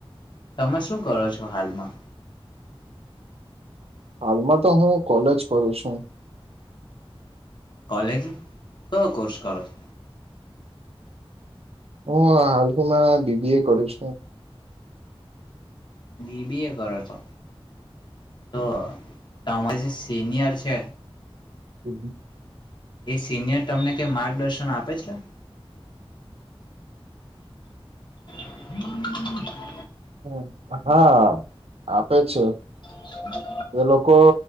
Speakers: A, on the left (about 50°); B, on the right (about 80°).
A: તમે શું કરો છો હાલમાં.
B: હાલમાં તો હું કોલેજ કરું છું.
A: કોલેજ કયો કોર્સ કરો છ.
B: હું હાલમાં બીબી એ કરુ છુ.
A: બીબી એ કર છો. તો. તમે જે સિનિયર છે.
B: હમ
A: એ સિનિયર તમને કઈ માર્ગદર્શન આપે છે. <inaudible> <inaudible>
B: હ હા આ તો છે.
A: <inaudible>
B: એ લોકો